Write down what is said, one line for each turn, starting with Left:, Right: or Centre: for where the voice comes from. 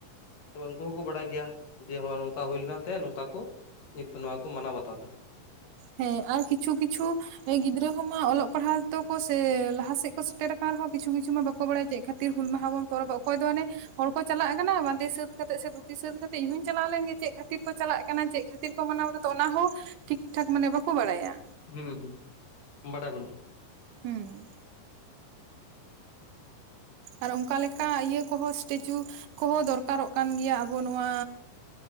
Left: ᱛᱚᱵᱮ ᱩᱝᱠᱩ ᱦᱚᱸ ᱠᱚ ᱵᱟᱲᱟᱭ ᱜᱮᱭᱟ ᱡᱮ ᱦᱚᱸ ᱱᱚᱝᱠᱟ ᱦᱩᱭ ᱞᱮᱱᱟ ᱛᱮ ᱱᱚᱝᱠᱟ ᱠᱚ ᱱᱤᱛ ᱫᱚ ᱱᱚᱣᱟ ᱠᱚ ᱢᱟᱱᱟᱣ ᱵᱟᱛᱟᱣ ᱫᱟ
Right: ᱦᱮᱸ ᱟᱨ ᱠᱤᱪᱷᱩ ᱠᱤᱪᱷᱩ ᱜᱤᱫᱽᱨᱟᱹ ᱦᱚᱸ ᱢᱟ ᱚᱞᱚᱜ ᱯᱟᱲᱦᱟᱣ ᱛᱚ ᱠᱚ ᱥᱮ ᱞᱟᱦᱟ ᱥᱮᱜ ᱠᱚ ᱥᱮᱴᱮᱨ ᱠᱟᱱ ᱨᱮ ᱦᱚᱸ ᱠᱤᱪᱷᱩ ᱠᱤᱪᱷᱩ ᱢᱟ ᱵᱟᱠᱚ ᱵᱟᱲᱟᱭᱟ ᱪᱮᱜ ᱠᱷᱟ ᱛᱤᱨ ᱦᱩᱞ ᱢᱟᱦᱟ ᱵᱚ ᱯᱚᱨᱚᱵᱚᱜ ᱚᱠᱚᱭ ᱫᱚ ᱦᱟᱱᱮ ᱦᱚᱲ ᱠᱚ ᱪᱟᱞᱟᱜ ᱠᱟᱱᱟ ᱵᱟᱸᱫᱮ ᱥᱟᱹᱛ ᱠᱟᱛᱮᱫ ᱥᱮ ᱫᱷᱩᱛᱤ ᱥᱟᱹᱛ ᱠᱟᱛᱮᱫ ᱤᱧ ᱦᱩᱧ ᱪᱟᱞᱟᱣ ᱞᱮᱱ ᱜᱮ ᱪᱮᱫ ᱠᱷᱟᱹᱛᱤᱨ ᱠᱚ ᱪᱟᱞᱟᱜ ᱠᱟᱱᱟ ᱪᱮᱜ ᱠᱷᱟᱹᱛᱤᱨ ᱠᱚ ᱢᱟᱱᱟᱣ ᱫᱟ ᱛᱚ ᱚᱱᱟ ᱦᱚᱸ ᱴᱷᱤᱠ ᱴᱷᱟᱠ ᱢᱟᱱᱮ ᱵᱟᱠᱚ ᱵᱟᱲᱟᱭᱟ
Left: ᱦᱩᱸ ᱦᱩᱸ ᱵᱟᱰᱟᱭ ᱵᱟᱹᱱᱩᱜᱼᱟ
Right: ᱦᱩᱸ ᱟᱨ ᱚᱝᱠᱟ ᱞᱮᱠᱟ ᱤᱭᱟᱹ ᱠᱚ ᱦᱚᱸ ᱮᱥᱴᱮᱪᱩ ᱠᱚ ᱦᱚᱸ ᱫᱚᱨᱠᱟᱨᱚᱜ ᱠᱟᱱ ᱜᱮᱭᱟ ᱟᱵᱚ ᱱᱚᱣᱟ